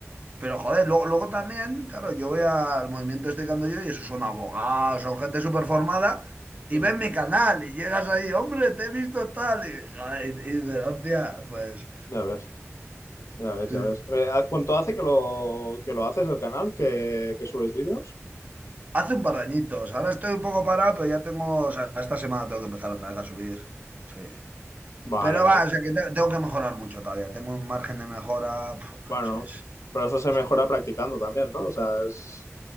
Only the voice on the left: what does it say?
Ujú.
Ya ves, ya ves,
ya ves. Eh, ¿ha- ¿Cuánto hace que lo, que lo haces el canal, que, que subes vídeos?
Vale,
vale.
Bueno,
pero eso se
mejora practicando también, ¿no? O sea, es